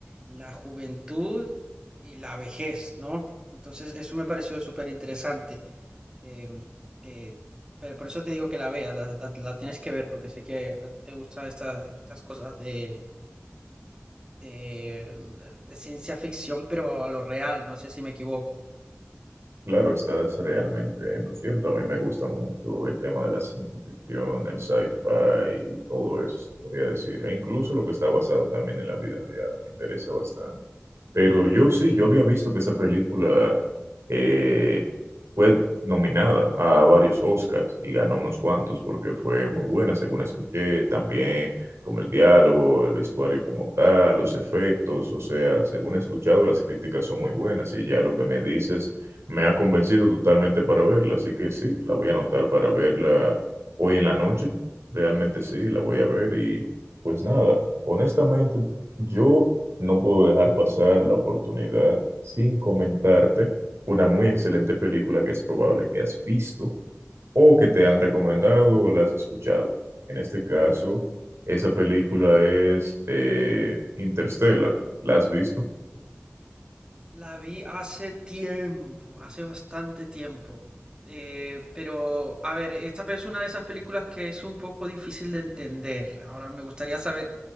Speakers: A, on the right; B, on the right.
A: la juventud y la vejez, ¿no? Entonces eso me pareció súper interesante. em, de- pero por eso te digo que la veas, la, la- la tienes que ver, porque sé que a ti te gustan estas estas cosas de de, de ciencia ficción, pero a lo real, no sé si me equivoco.
B: Claro, estás realmente en lo cierto. A mí me gusta mucho el tema de la ciencia ficción, el sci-fi y todo eso, se podría decir. E incluso lo que está basado también en la vida real me interesa bastante. Pero yo sí, yo había visto que esa película eh, fue nominada a varios Oscars y ganó unos cuantos porque fue muy buena, según escuché, también como el diálogo, el vestuario como tal, los efectos, o sea, según he escuchado, las críticas son muy buenas y ya lo que me dices me ha convencido totalmente para verla, así que sí, la voy a anotar para verla hoy en la noche, realmente sí, la voy a ver y pues nada, honestamente yo... No puedo dejar pasar la oportunidad sin comentarte una muy excelente película que es probable que has visto o que te han recomendado o la has escuchado. En este caso, esa película es eh, Interstellar. ¿La has visto?
A: La vi hace tiempo, hace bastante tiempo. Eh, pero, a ver, esta es una de esas películas que es un poco difícil de entender. Ahora me gustaría saber